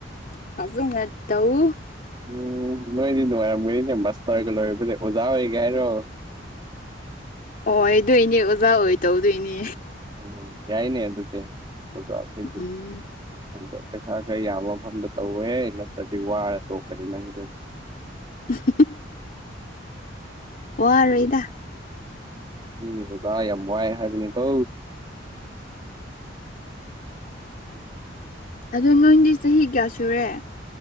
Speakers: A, on the left (about 50°); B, on the right (about 25°).
A: ꯐꯖꯅꯥ ꯇꯧ
B: ꯎꯝ ꯅꯣꯏꯗꯤ ꯅꯨꯡꯉꯥꯏꯔꯝꯃꯣꯏꯅꯦ ꯃꯥꯁꯇꯔꯒ ꯂꯣꯏꯔꯕꯅꯦ ꯑꯣꯖꯥ ꯑꯣꯏꯒ ꯍꯥꯏꯔꯣ
A: ꯑꯣ ꯑꯣꯏꯗꯣꯏꯅꯦ ꯑꯣꯖꯥ ꯑꯣꯏ ꯇꯧꯗꯣꯏꯅꯦ
B: ꯎꯝ ꯌꯥꯏꯅꯦ ꯑꯗꯨꯗꯦ ꯑꯣꯖꯥ <unintelligible>
A: ꯎꯝ
B: ꯑꯗꯣ ꯄꯩꯁꯥ ꯈꯔ ꯌꯥꯝꯕ ꯃꯐꯝꯗ ꯇꯧꯋꯦꯍꯦ ꯅꯠꯇ꯭ꯔꯗꯤ ꯋꯥꯔ ꯇꯣꯛꯀꯅꯤ ꯅꯪꯗꯨꯝ
A: <unintelligible> ꯋꯥꯔꯣꯏꯗ
B: ꯃꯤ ꯑꯣꯖꯥ ꯌꯥꯝ ꯋꯥꯏ ꯍꯥꯏꯕꯅꯤ ꯀꯣ
A: ꯑꯗꯣ ꯅꯣꯏꯗꯤ ꯆꯍꯤ ꯀꯌꯥ ꯁꯨꯔꯦ